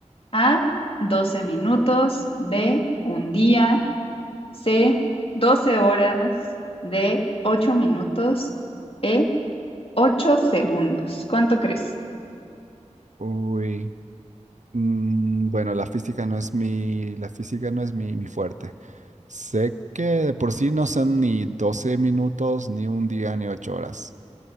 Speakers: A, on the left; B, on the right.
A: A, 12 minutos, B, un día. C, 12 horas. D, 8 minutos. E, 8 segundos. ¿Cuánto crees?
B: Uy, mm, bueno, la física no es mi, la física no es mi, mi fuerte. Sé que de por sí no son ni 12 minutos, ni un día, ni 8 horas.